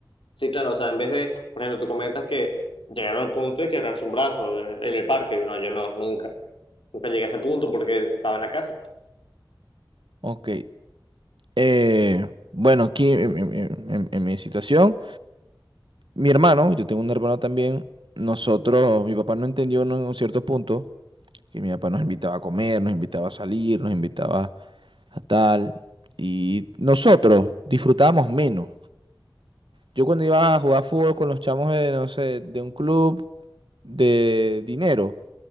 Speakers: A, on the left; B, on the right.
A: sí, claro. O sea, en vez de, por ejemplo, tú comentas que llegaron al punto de quebrarse un brazo en, en el parque. No, yo no, nunca. Nunca llegué a ese punto porque estaba en la casa.
B: Ok, Eh, bueno, aquí en, en- en- en- en mi situación, mi hermano, yo tengo un hermano también, nosotros, mi papá no entendió en un cierto punto que mi papá nos invitaba a comer, nos invitaba a salir, nos invitaba a tal, y nosotros disfrutábamos menos. Yo cuando iba a jugar fútbol con los chamos de, no sé, de un club de dinero,